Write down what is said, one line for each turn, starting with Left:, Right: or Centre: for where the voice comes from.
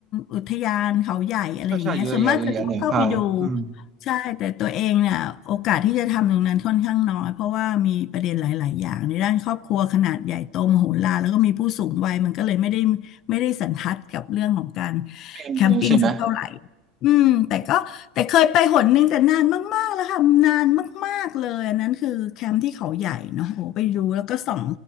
Left: อุทยานเขาใหญ่อะไรอย่างเงี้ยส่วนมากจะชอบเข้าไปดู
Right: ใช่ใช่เยอะแยะเยอะแยะเลยค่ะอืม
Left: ใช่แต่ตัวเองเนี่ยโอกาสที่จะทำตรงนั้นค่อนข้างน้อยเพราะว่ามีประเด็นหลายๆอย่างในด้านครอบครัวขนาดใหญ่โตมโหฬารแล้วก็มีผู้สูงวัยมันก็เลยไม่ได้ ไม่ได้สันทัดกับเรื่องของการ
Right: เอ็มดูใช่ไหม
Left: แคมปิ้งสักเท่าไหร่อืมแต่ก็แต่เคยไปหนนึงแต่นานมากๆแล้วค่ะ นานมากๆเลยอันนั้นคือแคมป์ที่เขาใหญ่เนาะโอ้ไปดูแล้วก็ส่อง